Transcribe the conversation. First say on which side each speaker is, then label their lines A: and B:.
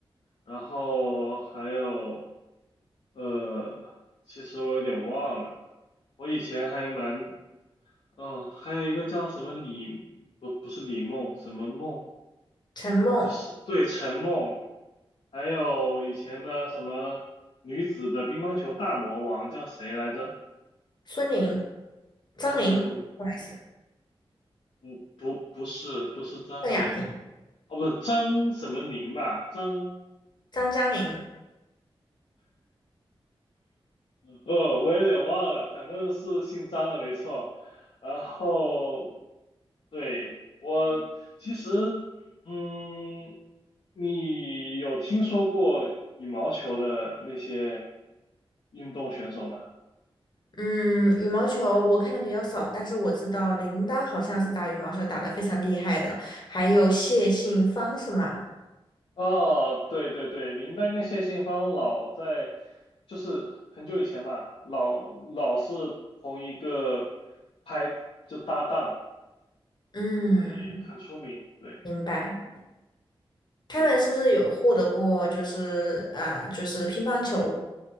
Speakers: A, on the left (about 65°); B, on the left (about 45°).
A: 然后还有，呃，其实我有点忘了，我以前还蛮，嗯，还有一个叫什么李，不，不是李梦，什么梦，
B: 陈梦、
A: 就是对陈梦，还有以前的什么女子的乒乓球大魔王叫谁来着？
B: 孙宁、张宁，
A: 不是孙。
B: 不好意思，
A: 不不不是不是张宁，
B: 邓亚萍、
A: 哦不是张什么宁吧？张
B: 张嘉宁。
A: 呃我有点忘了，反正是姓张的没错。然后对我其实嗯，你有听说过羽毛球的那些运动选手吗？
B: 嗯，羽毛球我看的比较少，但是我知道林丹好像是打羽毛球打得非常厉害的，还有谢杏芳是吗？
A: 哦，对对对，林丹跟谢杏芳老在，就是很久以前吧，老老是同一个拍就搭档，
B: 嗯，
A: 所以很出名。对
B: 明白。他们是不是有获得过就是啊、
A: 对，
B: 就是乒乓球